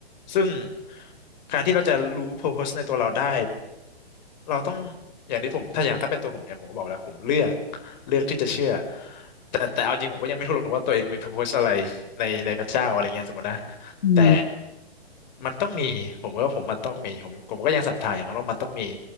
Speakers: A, on the left; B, on the left.
A: ซึ่งการที่เราจะรู้ purpose ในตัวเราได้ เราต้องอย่างที่ผมถ้าอย่างถ้าเป็นตัวผมเนี่ยผมก็บอกแล้วผมเลือกเลือกที่จะเชื่อแต่แต่เอาจริงผมก็ยังไม่รู้หรอกว่าตัวเองมี purpose อะไรในในพระเจ้าอะไรเงี้ยสมมตินะ
B: อืม
A: แต่มันต้องมีผมว่าผมมันต้องมีผมผมก็ยังศรัทธาอย่างนั้นว่ามันต้องมี